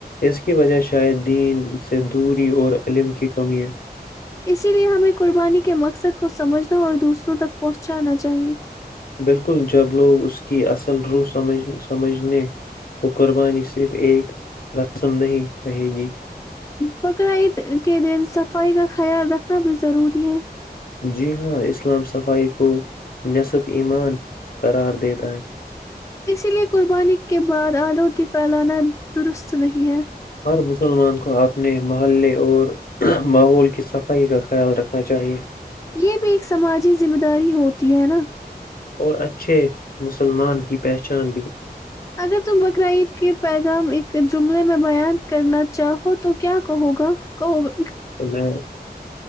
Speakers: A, on the left; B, on the left.
A: اس کی وجہ شاید دین سے دوری اور علم کی کمی ہے
B: اسی لیے ہمیں قربانی کے مقصد کو سمجھنا اور دوسروں تک پہنچانا چاہیئے
A: بالکل جب لوگ اس کی اصل روح سمجھنے کو قربانی صرف ایک رسم نہیں رہے گی
B: بقر عید کے دن صفائی کا خیال رکھنا بھی ضروری ہے
A: جی ہاں اسلام صفائی کو نصب ایمان قرار دیتا ہے
B: اسی لیے قربانی کے بعد آلودگی پھیلانا درست نہیں ہے
A: ہر مسلمان کو اپنے محلے اور ماحول کی صفائی کا خیال رکھنا چاہیے
B: یہ بھی ایک سماجی ذمہ داری ہوتی ہے نا
A: اور اچھے مسلمان کی پہچان بھی
B: اگر ت ب کرائی کہ پیغام ایک جملے میں بیان کرنا چاہو تو کیا کہو گا کہوگا
A: تو میں